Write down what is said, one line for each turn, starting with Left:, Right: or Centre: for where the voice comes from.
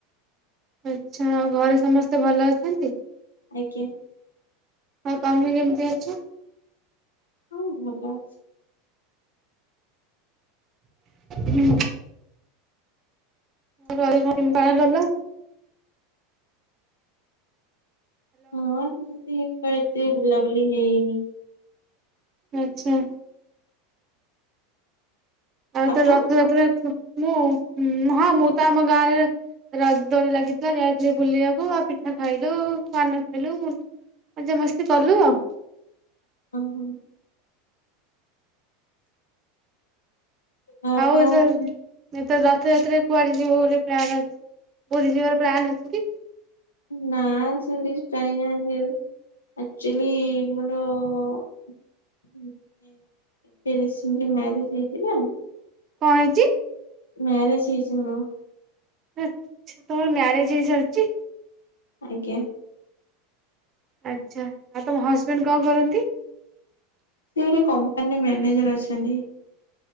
Right: ଆଚ୍ଛା ଆଉ ଘରେ ସମସ୍ତେ ଭଲ ଅଛନ୍ତି।
Left: ଆଜ୍ଞା।
Right: ହଁ ତମେ କେମତି ଅଛ?
Left: ହଁ ଭଲ ଅଛି।
Right: ହୁଁ। <inaudible> କଲ।
Left: ହଁ ସେମତି କଣ ଏତେ ବୁଲାବୁଲି ହେଇନି।
Right: ଆଚ୍ଛା। ଏତେ
Left: ଆପଣ?
Right: ଯତ୍ନ ରେ ପୁରା ମୁଁ ହଁ ମୁଁ ତ ଆମ ଗାଁରେ ରଜ୍ ଦୋଳି ଲାଗିଥିଲା ଯାଇଥିଲି ବୁଲିବାକୁ ଆଉ ପିଠା ଖାଇଲୁ ପାନ ଖାଇଲୁ। ମଜା ମସ୍ତି କଲୁ ଆଉ।
Left: ଓ ହୋ। ହଁପା।
Right: ଆଉ ଏଥର ଏଥର ରଥଯାତ୍ରାରେ କୁଆଡେ ଯିବ ବୋଲି ପ୍ଲାନ୍ ଅଛି ପୁରୀ ଯିବାର ପ୍ଲାନ୍ ଅଛି କି?
Left: ନା ସେମିତି କିଛି ପ୍ଳାନିଙ୍ଗ ନାହିଁ। <unintelligible> ଆକ୍ଚୁଲି ମୋର ମତେ। ତିରିଶ ରେ ମ୍ୟାରେଜ ହେଇଯିବ।
Right: କଣ ହେଇଛି?
Left: ମ୍ୟାରେଜ୍ ହେଇଚି ମୋର।
Right: ଆଚ୍ଛା ତମର ମ୍ୟାରେଜ ହେଇସାରିଛି?
Left: ଆଜ୍ଞା।
Right: ଆଚ୍ଛା ଆଉ ତମ ହଜବେଣ୍ଡ କଣ କରନ୍ତି?
Left: ସିଏ ଏଇଠି କମ୍ପାନୀରେ ମ୍ୟାନେଜର ଅଛନ୍ତି।